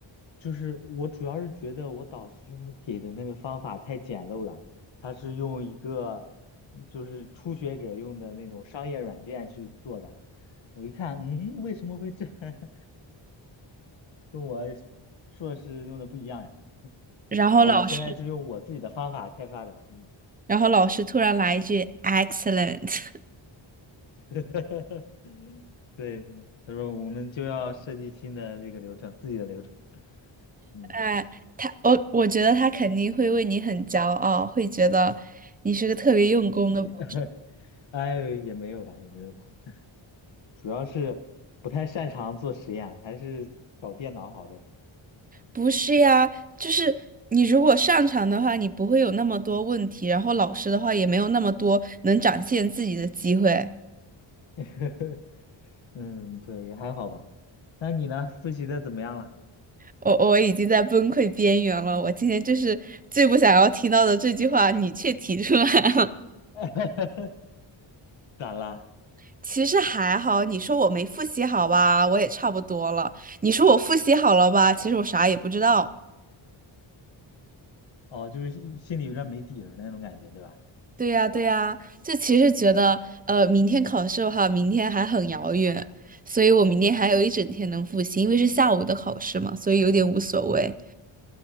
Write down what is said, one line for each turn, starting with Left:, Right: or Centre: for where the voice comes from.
Left: 就是我主要是觉得我导师给的那个方法太简陋了，他是用一个嗯就是初学者用的那种商业软件去做的。我一看，嗯，为什么会这 <laughs> 跟我硕士用的不一样呀？<laughs>
Right: 然后老师，
Left: 然后我现在是用我自己的方法开发的，嗯，
Right: 然后老师突然来一句 excellent，
Left: <laughs> 对，他说我们就要设计新的这个流程，自己的流程，嗯，
Right: <laughs> 哎，他我我觉得他肯定会为你很骄傲，会觉得你是个特别用功的博士
Left: 也，<laughs> 哎，也没有吧，也没有吧。主要是不太擅长做实验，还是搞电脑好的。
Right: 不是呀，就是你如果擅长的话，你不会有那么多问题，然后老师的话也没有那么多能展现自己的机会。
Left: <laughs> 嗯，对，也还好吧。那你呢？复习的怎么样了？
Right: 我我已经在崩溃边缘了，我今天就是最不想要听到的这句话，你却提出来了。
Left: <laughs> 咋了？
Right: <laughs> 其实还好，你说我没复习好吧，我也差不多了。你说我复习好了吧，其实我啥也不知道。
Left: 哦，就是心心里有点没底儿那种感觉，对吧？
Right: 对呀，对呀，就其实觉得，呃，明天考试的话，明天还很遥远，所以我明天还有一整天能复习，因为是下午的考试嘛，所以有点无所谓。